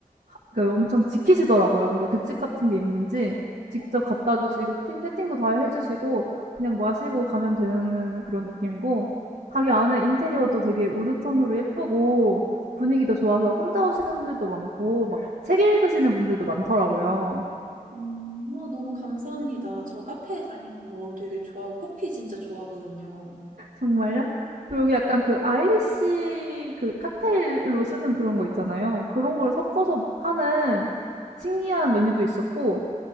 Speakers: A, on the right; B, on the right.
A: 하 그 엄청 지키시더라고요. 뭔가 규칙 같은 게 있는지 직접
B: 어,
A: 갖다 주시고 세팅 세팅도 다 해 주시고 그냥 마시고 가면 되는 그런 느낌이고 가게 안에 인테리어도 되게 우드 톤으로 예쁘고
B: 음.
A: 분위기도 좋아서 혼자 오시는 분들도 많고 막 책 읽으시는 분들도 많더라고요.
B: 음, 아, 너무 감사합니다. 저 카페 다니는 거 되게 좋아하고 커피 진짜 좋아하거든요.
A: 정말요?
B: 네.
A: 그리고 여기 약간 그 아이리시 그 칵테일로 쓰는 그런 거 있잖아요. 그런 걸 섞어서 파는 신기한 메뉴도 있었고